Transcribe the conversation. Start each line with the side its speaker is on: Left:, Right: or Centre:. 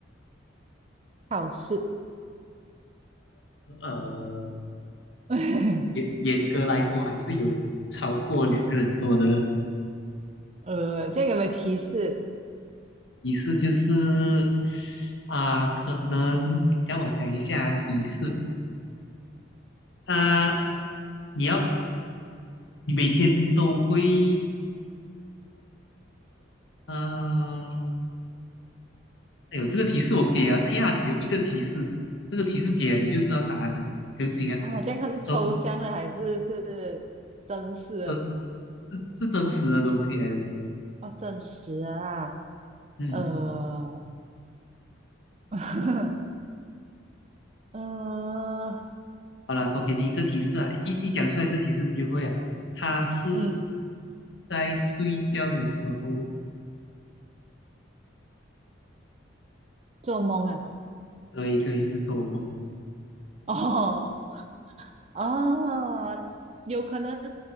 Right: 好事，
Left: 是呃，
Right: <laughs>
Left: 严严格来说还是有超过两个人做的。
Right: 呃，这样有没有提示
Left: 提示就是啊、可能让我想一下提示。啊，你要你每天都会呃，哎呦，这个提示我给啊，它一下它只有一个提示，这个提示给了你就知道答案了，不用紧啊。
Right: 啊？这样它是抽象的还是是真实的？
Left: 说这是是真实的东西来的
Right: 哦，真实的啊。
Left: 嗯，
Right: 呃，<laughs> 呃，
Left: 好了，我给你一个提示啊，一一讲出来这提示你就会啊。它是
Right: 嗯，
Left: 在睡觉的时候，
Right: 做梦啊，
Left: 对对，是做梦。
Right: <laughs> 哦，啊，有可能